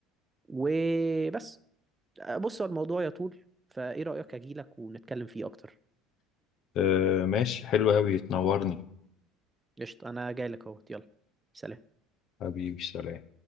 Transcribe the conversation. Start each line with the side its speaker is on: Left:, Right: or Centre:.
Right: وبس بص هو الموضوع يطول فإيه رأيك أجيلك ونتكلم فيه أكتر
Left: آه، ماشي حلو قوي تنورني
Right: قشطة أنا جايلك أهوت يلا سلام
Left: حبيبي سلام